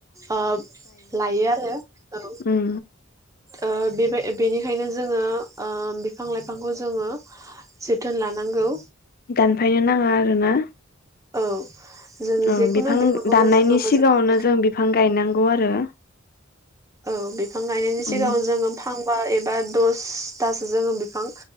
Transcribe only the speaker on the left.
उम
दानफायनो नाङा आरो ना।
औ
बिफां
दाननायनि
सिगाङावनो
जों बिफां गायनांगौ आरो।
उम